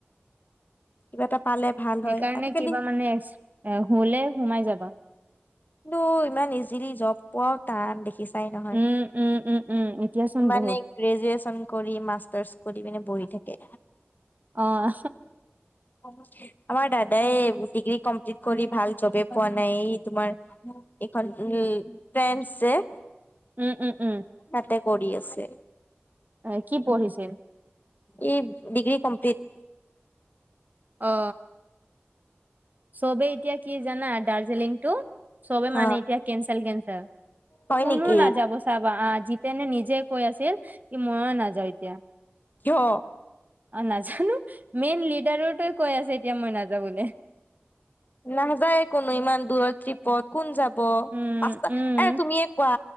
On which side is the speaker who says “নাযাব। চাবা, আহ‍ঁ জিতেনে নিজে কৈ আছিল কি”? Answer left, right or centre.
Right